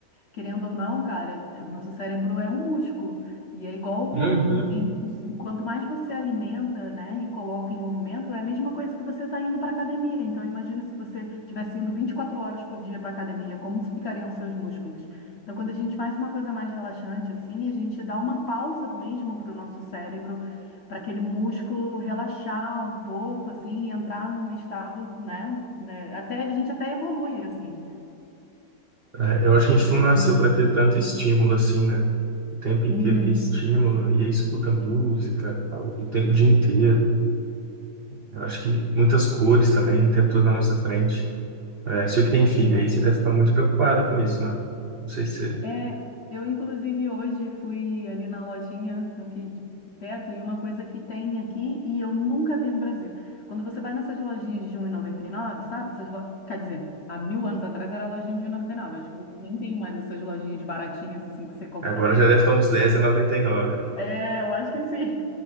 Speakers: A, on the left; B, on the right.
A: Querendo ou não, cara, o nosso cérebro é um músculo. E é igual
B: uhum.
A: e quanto mais você alimenta, né, e coloca em movimento, é a mesma coisa que você está indo para academia. Então, imagina se você estivesse indo 24 horas por dia para academia, como ficariam os seus músculos? Então, quando a gente faz uma coisa mais relaxante assim, a gente dá uma pausa mesmo para o nosso cérebro, para aquele músculo relaxar um pouco, assim, e entrar num estado, né, né, até a gente até evolui assim.
B: É, eu acho que
A: Tem
B: a gente
A: pensamentos
B: não nasceu para
A: mais
B: ter
A: claros.
B: tanto estímulo assim, né? O tempo inteiro
A: Uhum,
B: de estímulo, e aí escuta música a- o, tempo, o dia inteiro. Eu acho que muitas cores também, o tempo todo na nossa frente. É, sei que tem
A: é
B: filho
A: verdade.
B: aí, você deve ficar muito preocupado com isso, né? Não sei se... você-
A: É, eu inclusive hoje fui ali na lojinha aqui de perto e uma coisa que tem aqui e eu nunca vi no Brasil. Quando você vai nessas lojinhas de um 1,99, sabe? Essas lo... Quer dizer, há mil anos atrás era a lojinha de um e e noventa e nove Acho que nem tem mais essas lojinhas baratinhas assim que você compra.
B: Agora já deve estar uns 10,99.
A: É, eu acho que sim.